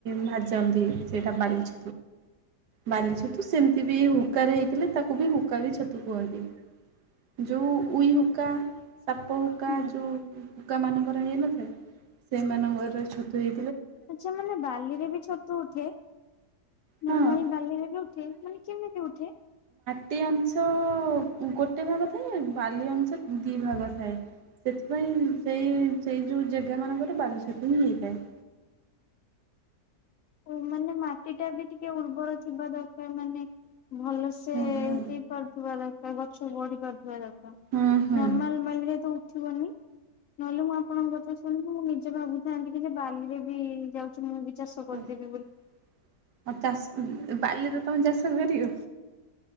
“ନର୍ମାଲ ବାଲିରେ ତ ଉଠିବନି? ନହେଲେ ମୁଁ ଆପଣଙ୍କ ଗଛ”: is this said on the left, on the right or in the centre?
Left